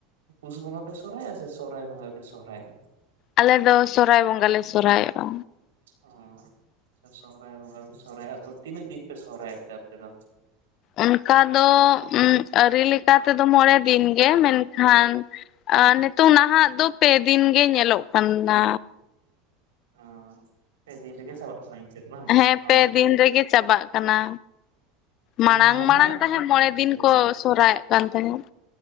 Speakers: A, on the right; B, on the left.
A: ᱯᱩᱥ ᱵᱚᱸᱜᱟ ᱯᱮ ᱥᱚᱦᱚᱨᱟᱭᱚᱜᱼᱟ ᱥᱮ ᱥᱚᱦᱚᱨᱟᱭ ᱵᱚᱸᱜᱟ ᱜᱮᱯᱮ ᱥᱚᱦᱚᱨᱟᱭᱚᱜᱼᱟ?
B: ᱟᱞᱮ ᱫᱚ ᱥᱚᱨᱦᱟᱭ ᱵᱚᱸᱜᱟ ᱞᱮ ᱥᱚᱨᱦᱟᱭᱚᱜᱼᱟ᱾
A: ᱚᱸ᱾ ᱟᱪᱪᱷᱟ ᱥᱚᱦᱚᱨᱟᱭ ᱵᱚᱸᱜᱟ ᱯᱮ ᱥᱚᱦᱨᱟᱭᱚᱜ-ᱟ, ᱟᱫᱚ ᱛᱤᱱᱟᱹᱜ ᱫᱤᱱ ᱯᱮ ᱥᱚᱦᱨᱟᱭᱚᱜ ᱛᱮ ᱟᱯᱮ ᱫᱚ?
B: ᱚᱱᱠᱟ ᱫᱚ, ᱩᱸ ᱟᱹᱨᱤ ᱞᱮᱠᱟᱛᱮ ᱫᱚ ᱢᱚᱬᱮ ᱫᱤᱱᱜᱮ ᱢᱮᱱᱠᱷᱟᱱ ᱟ ᱱᱤᱛᱚᱝ ᱱᱟᱦᱟᱜ ᱫᱚ ᱯᱮ ᱫᱤᱱ ᱜᱮ ᱧᱮᱞᱚᱜ ᱠᱟᱱᱟ᱾
A: ᱚᱸᱻ ᱯᱮ ᱫᱤᱱ ᱨᱮᱜᱮ ᱪᱟᱵᱟᱜ ᱠᱟᱱᱟ ᱤᱝᱠᱟᱹ ᱜᱮ ᱵᱟᱝ?
B: ᱦᱮᱸ
A: ᱟᱸ
B: ᱯᱮ
A: ᱯᱩᱭ
B: ᱫᱤᱱ ᱨᱮᱜᱮ ᱪᱟᱵᱟᱜ ᱠᱟᱱᱟ ᱢᱟᱲᱟᱝ
A: ᱩᱢ ᱢᱟᱦᱟ
B: ᱢᱟᱲᱟᱝ ᱛᱟᱦᱮᱸ ᱢᱚᱬᱮ ᱫᱤᱱ
A: ᱦᱳᱭ
B: ᱠᱚ <unintelligible> ᱠᱟᱱ ᱛᱟᱦᱮᱸᱫ᱾